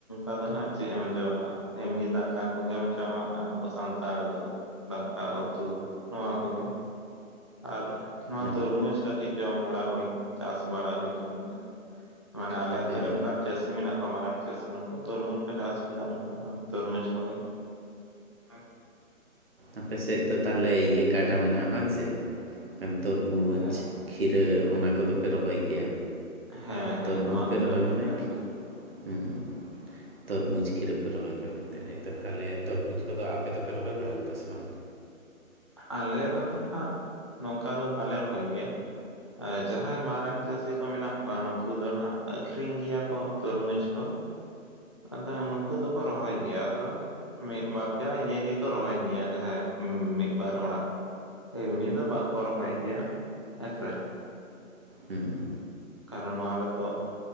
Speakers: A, on the left; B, on the right.
A: ᱟᱫᱚ ᱱᱟᱜ ᱪᱮᱫ ᱮᱢ ᱡᱚᱢᱟ ᱮᱢᱱᱤ ᱫᱟᱠᱟ ᱠᱚᱜᱮᱢ ᱡᱚᱢᱟ ᱟᱵᱚ ᱥᱟᱱᱛᱟᱲ ᱫᱚ᱾ ᱫᱟᱠᱟ ᱩᱛᱩ ᱱᱚᱣᱟ ᱠᱚᱜᱮ᱾ ᱟᱨ ᱱᱚᱣᱟ
B: ᱵᱟᱠ-
A: ᱛᱚᱨᱢᱩᱡᱽ ᱠᱟᱹᱴᱤᱡ ᱡᱚᱢ ᱵᱟᱲᱟ ᱦᱩᱭᱱᱟ ᱪᱟᱥ ᱵᱟᱲᱟ ᱦᱩᱭ ᱞᱮᱱ ᱜᱮᱭᱟ᱾ ᱢᱟᱱᱮ ᱟᱞᱮᱭᱟᱜ
B: ᱟᱯᱮ
A: ᱟᱛᱩ ᱨᱮ ᱚᱝᱠᱟ ᱪᱮᱥ ᱪᱟᱹᱥᱤ ᱢᱮᱱᱟᱜ ᱠᱚᱣᱟ ᱢᱟᱨᱟᱝ ᱪᱟᱹᱥᱤ ᱱᱩᱠᱩ ᱛᱚᱨᱢᱩᱡᱽ ᱠᱚ ᱪᱟᱥ ᱠᱮᱫᱟ ᱩᱱᱠᱩᱣᱟᱜ ᱟᱱᱮ ᱛᱚᱨᱢᱩᱡᱽ ᱠᱚᱜᱮ᱾ <unintelligible>
B: ᱟᱯᱮ ᱥᱮᱫ ᱫᱚ ᱛᱟᱦᱚᱞᱮ ᱤᱭᱟᱹ ᱜᱟᱰᱟ ᱢᱮᱱᱟᱜ-ᱟ ᱵᱟᱝ ᱥᱮ? ᱮᱠᱟᱱ ᱛᱩᱨᱢᱩᱡᱽ,
A: ᱦᱮᱸ
B: ᱠᱷᱤᱨᱟᱹ ᱚᱱᱟ ᱠᱚᱫᱚᱯᱮ ᱨᱚᱦᱚᱭ ᱜᱮᱭᱟ
A: ᱦᱮᱸ ᱦᱮᱸ
B: ᱛᱚᱨᱢᱩᱡᱽ
A: ᱱᱚᱣᱟ
B: ᱯᱮ
A: ᱠᱚᱫᱚ
B: ᱨᱚᱦᱚᱭ
A: ᱱᱟᱦᱟᱜ
B: ᱢᱟᱱᱮ
A: ᱞᱮ
B: ᱠᱷ
A: ᱨᱚᱦᱚᱭ ᱜᱮᱭᱟ᱾
B: ᱦᱮᱸ ᱛᱚᱨᱢᱩᱡᱽ ᱠᱷᱤᱨᱟᱹ ᱯᱮ ᱨᱚᱦᱚᱭ ᱠᱷᱟᱱ ᱢᱮᱱᱛᱮ ᱱᱤᱛᱚᱜ ᱛᱟᱦᱚᱞᱮ ᱛᱚᱨᱢᱩᱡᱽ ᱠᱚᱫᱚ ᱟᱯᱮ ᱫᱚᱯᱮ ᱨᱚᱦᱚᱭ ᱵᱟᱲᱟ ᱞᱮᱫᱟ ᱥᱮ ᱵᱟᱝ?
A: ᱟᱞᱮ ᱫᱚ ᱱᱟᱜ ᱱᱚᱝᱠᱟ ᱫᱚ ᱵᱟᱞᱮ ᱨᱚᱦᱚᱭ ᱜᱮᱭᱟ ᱾ ᱡᱟᱦᱟᱸᱭ ᱢᱟᱨᱟᱝ, ᱪᱟᱹᱥᱤ ᱠᱚ ᱢᱮᱱᱟᱜ ᱠᱚᱣᱟ ᱱᱩᱠᱩ ᱫᱚ ᱦᱟᱸᱜ ᱟᱹᱷᱨᱤᱧ ᱜᱮᱭᱟ ᱠᱚ ᱛᱩᱨᱢᱩᱡᱽ ᱠᱚ᱾ ᱟᱫᱚ ᱱᱩᱠᱩ ᱫᱚᱠᱚ ᱨᱚᱦᱚᱭ ᱜᱮᱭᱟ ᱟᱫᱚ ᱢᱤᱫᱵᱟᱨ ᱡᱟ ᱤᱭᱟᱹ ᱜᱮᱠᱚ ᱨᱚᱦᱚᱭ ᱜᱮᱭᱟ ᱡᱟᱦᱟᱸᱭ ᱢᱤᱫ ᱵᱟᱨ ᱚᱲᱟᱜ ᱮᱢᱱᱤ ᱫᱚ ᱵᱟᱠᱚ ᱨᱚᱦᱚᱭ ᱜᱮᱭᱟ ᱦᱮᱸᱥᱮ
B: ᱦᱮᱸ
A: ᱠᱟᱨᱚᱱ ᱱᱚᱣᱟ ᱨᱮᱫᱚ